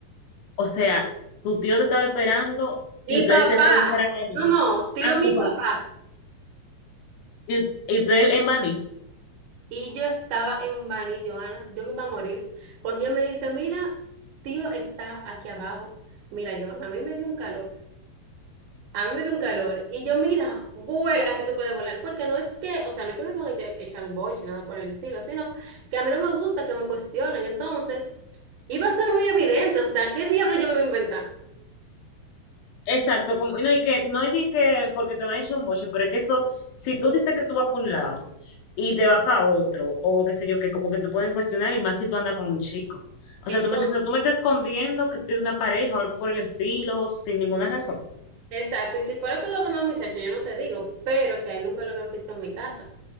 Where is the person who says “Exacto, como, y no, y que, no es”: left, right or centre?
Left